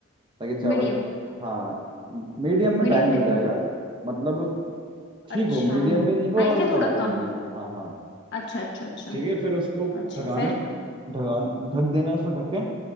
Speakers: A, on the right; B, on the left.
A: ताकि चावल
B: मीडियम
A: हाँ मीडियम में
B: मीडियम
A: टाइम
B: फ्लेम
A: लग जाएगा
B: पे
A: मतलब ठीक
B: अच्छा
A: हो मीडियम भी नहीं हो
B: हाई
A: और ज़्यादा
B: से थोड़ा
A: हाई
B: कम
A: भी नहीं हो हाँ हाँ
B: अच्छा अच्छा अच्छा
A: ठीक है फिर उसको
B: अच्छा
A: ढकाना
B: फिर
A: ढकान ढक देना उसमें ढक्कन